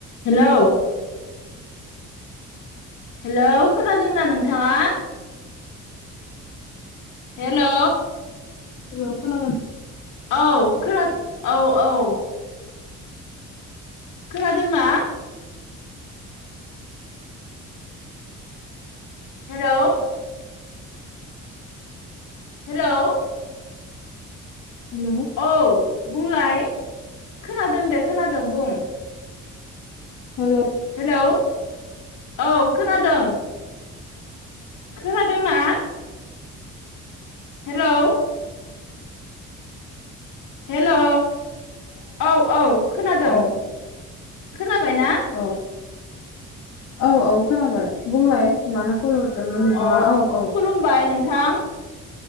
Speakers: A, on the left; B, on the left.
A: Hello. Hello खोनादोंना नोंथाङा? Hello.
B: अयाव खोनागोन।
A: औ खोना औ-औ। खोनादोंना? Hello hello.
B: हेलौ
A: औ बुंलाय खोनादों दे। खोनादों बुं।
B: हेल।
A: हेलौ। औ खोनादों। खोनादोंना? हेलौ हेलौ औ औ खोनादों।
B: औ
A: खोनाबाय ना?
B: औ औ औ खोनाबाय बुंलाय मानो? कल हरदोंमोन नोंथाङा
A: अ
B: औ औ
A: खुलुमबाय नों। थां